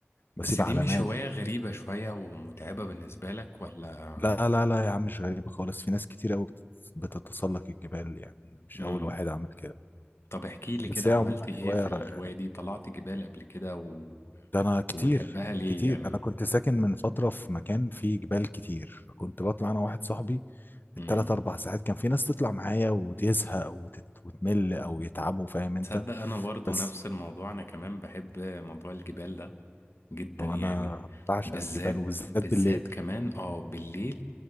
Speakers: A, on the left; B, on the left.
A: بس
B: واسيب
A: دي
B: علامات
A: مش هوايه غريبه شويه ومتعبه بالنسبه لك ولا
B: لا لا لا يا عم مش غريبة خالص في ناس كتير قوي بتتسلق الجبال يعني مش
A: امم
B: أول واحد عمل كده
A: طب احكي لي
B: بس
A: كده
B: هي
A: عملت
B: عموما
A: ايه
B: هواية
A: في الهواية
B: رائعة
A: دي طلعت جبال قبل كده و...
B: ده أنا كتير
A: وبتحبها ليه
B: كتير
A: يعني
B: أنا كنت ساكن من فترة في مكان فيه جبال كتير فكنت بطلع أنا واحد صاحبي بالتلات
A: امم
B: أربع ساعات كان في ناس تطلع معايا وتزهق وتت... وتمل أو يتعبوا فاهم أنت
A: تصدق انا برضو
B: بس
A: نفس الموضوع انا كمان بحب موضوع الجبال ده جدا
B: وأنا
A: يعني
B: بعشق
A: بالذات
B: الجبال وبالذات
A: بالذات
B: بالليل
A: كمان اه بالليل